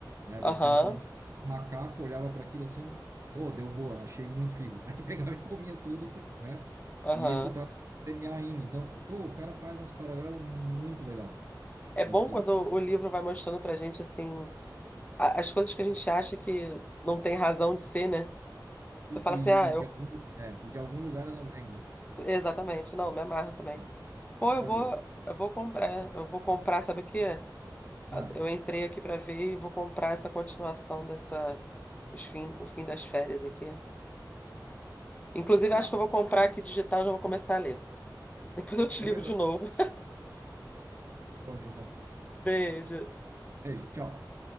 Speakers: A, on the right; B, on the left.
A: né?
B: Aham,
A: Você, enquanto macaco, olhava para aquilo assim, ô, deu boa, achei muito figo. <laughs> Aí pegava e comia tudo, porque, né?
B: aham.
A: E isso tá no DNA ainda. Então, o o cara faz uns paralelos muito legal.
B: É
A: que
B: bom
A: que
B: quando
A: que
B: o livro vai mostrando pra gente, assim, a- as coisas que a gente acha que não tem razão de ser, né?
A: E,
B: Você fala
A: e,
B: assim, ah, eu.
A: e de algum, é, e de algum lugar elas vêm, né?
B: Exatamente, não, me amarro também.
A: Então,
B: Pô,
A: maravilhoso.
B: eu vou, eu vou comprar, eu vou comprar, sabe o quê?
A: Ah,
B: Eu entrei aqui pra ver e vou comprar essa continuação dessa, os fim, o fim das férias aqui. Inclusive,
A: tá.
B: acho que eu vou comprar aqui digital, já vou começar a ler. Depois eu te
A: Beleza.
B: ligo de novo.
A: Se conta, então.
B: <laughs> Beijo.
A: Beijo, tchau.